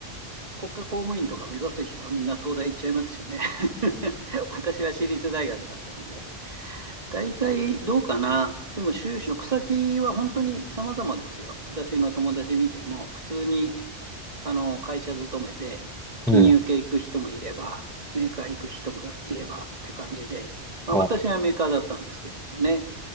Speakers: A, on the right (about 35°); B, in the centre.
A: 国家公務員とか目指す人はみんな東大行っちゃいますしね。<laughs> 私は私立大学だったんで。大体どうかな。でも就職先は本当に様々ですよ。私の友達見ても、普通にあの会社勤めで、
B: うん。
A: 金融系行く人もいれば、メーカー行く人もいればっていう感じで、まあ、
B: あ
A: 私はメーカーだったんですけれどもね。